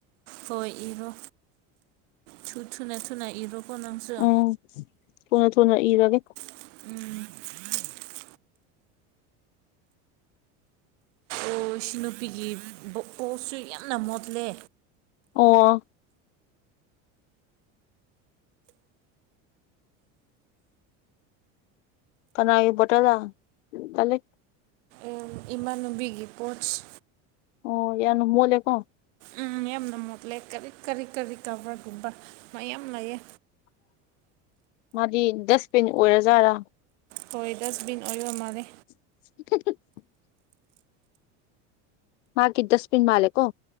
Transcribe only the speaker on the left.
ꯎꯝ ꯊꯨꯅ- ꯊꯨꯅ ꯏꯔꯒꯦ
ꯑꯣꯑꯣ ꯀꯥꯅꯥꯒꯤ ꯕꯣꯇꯜꯂꯥ ꯇꯜꯂꯤ
ꯑꯣ ꯌꯥꯝꯅ ꯃꯣꯠꯂꯦꯀꯣ
INAUDIBLE ꯗꯤ ꯗꯁ ꯕꯤꯟ ꯑꯣꯏꯔꯖꯥꯠꯂꯥ
<unintelligible> ꯃꯥꯀꯤ ꯗꯁꯕꯤꯟ ꯃꯥꯜꯂꯦꯀꯣ